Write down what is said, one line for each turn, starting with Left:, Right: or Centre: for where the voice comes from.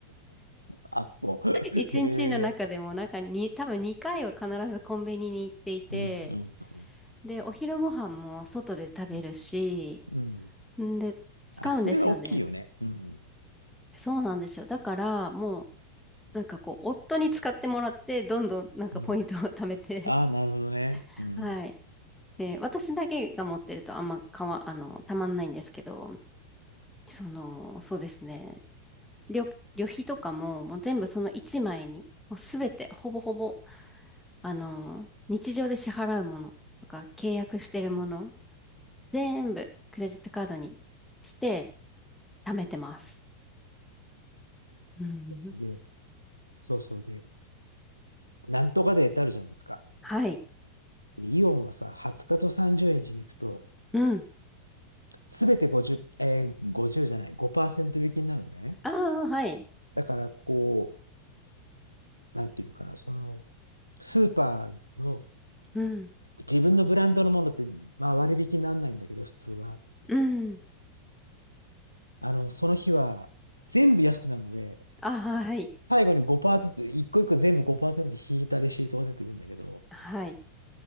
Right: あ、そう。<laughs>
Centre: 一日の中でもなんかに、
Right: へえ。
Centre: 多分2回は必ずコンビニに行っていて、
Right: うん、うん、う
Centre: で、お昼ご飯も外で食べるし、
Right: ん、うん。
Centre: んで、使うんですよね。
Right: あ、それは大きいよね。うん、
Centre: そうなんですよ。だから、もう、なんかこう、夫に使ってもらって、どんどんなんかポイントを貯めて、
Right: うん。あなるほどね。
Centre: <laughs>
Right: うん。
Centre: はい。で、私だけが持ってるとあんまかわ、あの、たまんないんですけど、その、そうですね。旅、旅費とかも、もう全部その1枚に、もうすべて、ほぼほぼ、あの、日常で支払うものとか、契約してるもの、
Right: うん。
Centre: 全部クレジットカードにして、貯めてます。うん。
Right: で、そうそうで、なんとかデーってあるじゃないですか。
Centre: はい。
Right: でイオンはさ、20日と30日にちに行くと、
Centre: うん。
Right: すべて50、えー、50じゅうじゃない、5%引きになるのね。
Centre: ああ、はい。
Right: だから、こう、なんていうのかな、その、スーパーの
Centre: うん。
Right: 自分のブランドのものって、まあ割引にならないんだけど、普通は。
Centre: うん。
Right: あの、その日は全部安くなるので、
Centre: ああ、はい。
Right: 最後に5%ずつ、一個一個全部5%引いたレシートが出てくるんだけど、
Centre: はい。